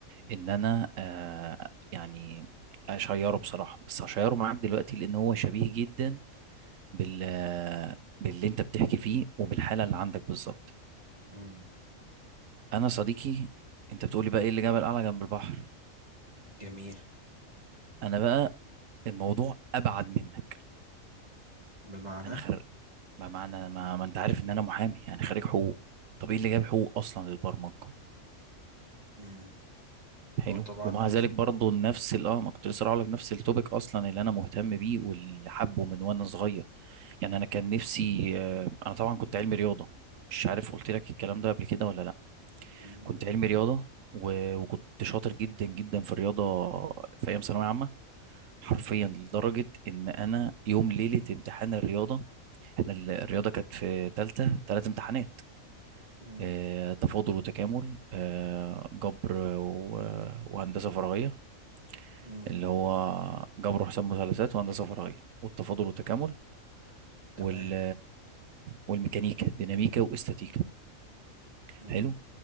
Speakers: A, on the right; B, on the right.
A: إن أنا آه يعني أشيره بصراحة بس هشيره معاك دلوقتي لأن هو شبيه جدا بال آه، باللي أنت بتحكي فيه وبالحالة اللي عندك بالظبط
B: مم.
A: أنا صديقي أنت بتقولي بقى ايه اللي جبل أعلى جنب البحر
B: جميل
A: أنا بقى الموضوع أبعد منك
B: بمعنى
A: انا خريج ما معنى ما, ما انت عارف ان انا محامي يعني خريج حقوق طب ايه اللي جاب حقوق اصلا للبرمجه
B: مم.
A: حلو
B: هو طبعا
A: ومع
B: نفس
A: ذلك برضو نفس ال- اه ما كنت لسه هقول لك نفس التوبيك اصلا اللي انا مهتم بيه واللي حبه من وانا صغير يعني انا كان نفسي آه، انا طبعا كنت علمي رياضه مش عارف
B: مم.
A: قلت لك الكلام ده قبل كده ولا لا
B: مم.
A: كنت علمي رياضه و... وكنت شاطر جدا جدا في الرياضه في ايام ثانويه عامه حرفيا
B: مم.
A: لدرجه ان انا يوم ليله امتحان الرياضه احنا ال- الرياضه كانت في ثالثه ثلاث امتحانات
B: مم.
A: آه، تفاضل وتكامل آه، جبر و- وهندسة فراغية
B: مم.
A: اللي هو جبر وحساب مثلثات وهندسة فراغية والتفاضل والتكامل
B: تمام
A: وال والميكانيكا ديناميكا واستاتيكا
B: مم.
A: حلو